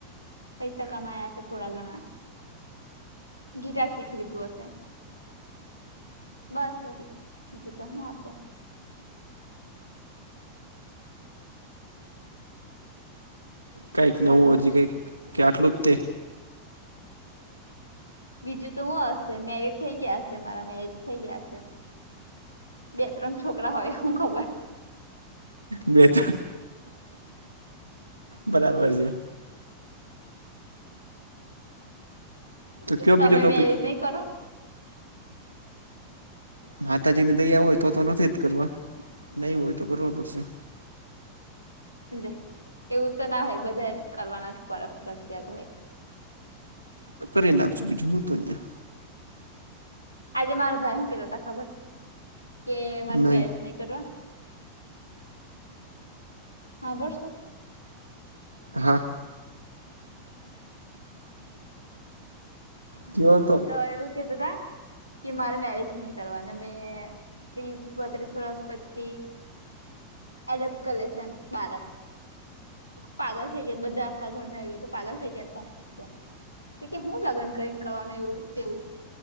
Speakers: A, on the left (about 85°); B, on the right (about 85°).
A: પૈસા કમાયા હશે થોડા ઘણા. ગીટાર શીખી લીધું હશે. બસધ જ તો હું આશે. <inaudible>
B: કંઈક નવું
A: હલો
B: હજી કંઈક કે આટલું જ તે.
A: બીજું તો હું હશે મેરજ થઇ ગયા હશે મારા મેરજ થઇ ગયા સે. બે ત્રણ છોકરા હોય હું ખબર.
B: બે ત્રળ બરાબર છે. તો કયો
A: તમે
B: બીજો ટોપિક
A: મેરેજ નહી કરો.
B: માતાજીની દયા હોય તો તો નથી જ કરવા નહી હોય તો કરવા પડશે.
A: એ એવું તો ના હોય બધા કરવાના જ પર ફજિયાત હોય.
B: કન ડબક છ બધજું તનયા.
A: આજે મારા ભાઈ હું કેતા ત ખબર કે મારી
B: નહીં
A: મેરેજ નહી. કરવા હાભળશો.
B: હા કેયો તો.
A: તો એવું કેતા તા. કે મારે મેરેજ નહી કરવાના મેં ત્રીસ બત્રીસ વર્ષ પછી. એડપ્ટ કરી લેશે એમ બાળક. પાગલ થઈ ગયા બધા આખા ઘરના પાગલ થઈ ગયા ત. કે કે હું લગ્ન કરીને કરવાનું એવુંવું.